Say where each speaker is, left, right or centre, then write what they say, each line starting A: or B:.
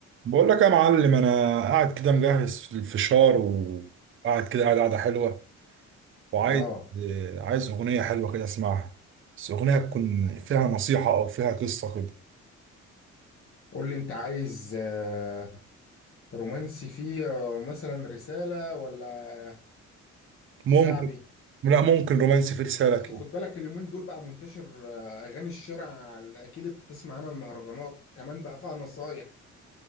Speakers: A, on the right; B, on the left.
A: بقول لك يا معلم انا قاعد كده مجهز في الفشار وقاعد كده قاعد قاعده حلوه وعايز
B: اه
A: آه، عايز اغنيه حلوه كده اسمعها بس اغنيه تكون فيها نصيحه او فيها قصه كده
B: قول لي انت عايز آه، رومانسي فيه آه، مثلا رسالة ولا
A: ممكن
B: شعبي
A: لا ممكن رومانسي في رساله
B: اصل
A: كده
B: خد بالك اليومين دول بقى منتشر آه، اغاني الشارع اكيد انت تسمع عنها المهرجانات كمان بقى فيها نصايح